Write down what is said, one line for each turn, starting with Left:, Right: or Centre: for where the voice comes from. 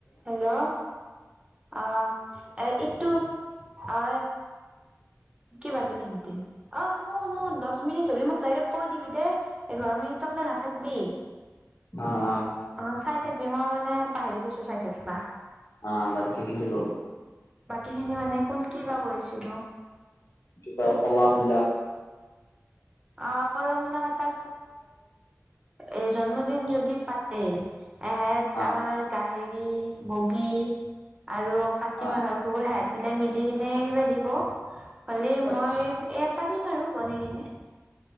Right: Hello অ', এ এইটো অ। কিবাকেই খিন অ শ শনো দহ মিনিট হলে মোক ডাইৰেক্ট কৈ দিবি দে এঘাৰ মিনিট আপোনাৰ নাথাকবিই
Left: অ',
Right: অ চাই থাকিবি মই মানে পাহেৰি গৈছো চাই থাকিবা।
Left: অ দাৰকে হিন্দ ক
Right: বাকী খিনি মানে কোন কি বা কৈছিলো।
Left: কিবা কলামূলা
Right: অ', কলা মূলা কাতা এই জন্মদিন যদি পাতে এহেত
Left: আহ
Right: আমাৰ গাহৰি মুগী আৰু কাতি
Left: আহ
Right: মাহৰ কুবুৰ হেহেত কিতাই মিলি কিনে কিবা দিব। হ'লে
Left: আচ্ছা
Right: মই এ পাতিম আৰু বনাই কিনে